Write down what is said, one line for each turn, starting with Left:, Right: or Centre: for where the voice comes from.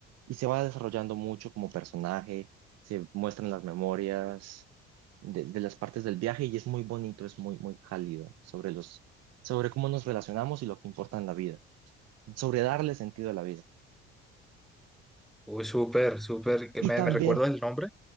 Right: Y se va desarrollando mucho como personaje, se muestran las memorias de, de las partes del viaje y es muy bonito, es muy, muy cálido sobre los, sobre cómo nos relacionamos y lo que importa en la vida, sobre darle sentido a la vida.
Centre: Uy, súper, súper. que
Right: Y
Centre: ¿Me,
Right: también
Centre: me recuerdas el nombre?